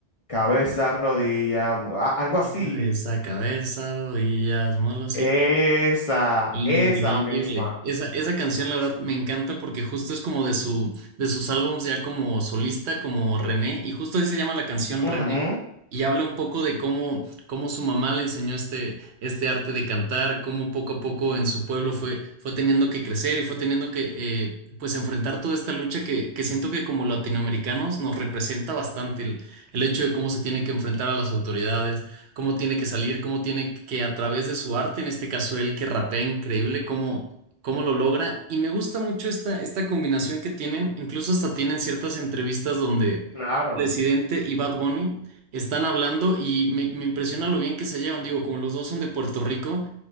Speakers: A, on the left; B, on the right.
A: cabeza, rodilla, mu- a- algo así.
B: cabeza cabeza, rodillas, mulos
A: Esa,
B: y... Increíble.
A: esa misma.
B: Esa, esa canción, la verdad, me encanta porque justo es como de su, de sus álbums ya como solista, como René, y justo ahí se llama la canción
A: Ujú,
B: René, y habla un poco de cómo, cómo su mamá le enseñó este, este arte de cantar, cómo poco a poco en su pueblo fue, fue teniendo que crecer y fue teniendo que eh, pues enfrentar toda esta lucha que, que siento que como latinoamericanos nos representa bastante el, el hecho de cómo se tiene que enfrentar a las autoridades cómo tiene que salir, cómo tiene que a través de su arte, en este caso él que rapea increíble, cómo, cómo lo logra. Y me gusta mucho esta, esta combinación que tienen, incluso hasta tienen ciertas entrevistas donde
A: claro.
B: Residente y Bad Bunny están hablando y me, me impresiona lo bien que se llevan. Digo, como los dos son de Puerto Rico,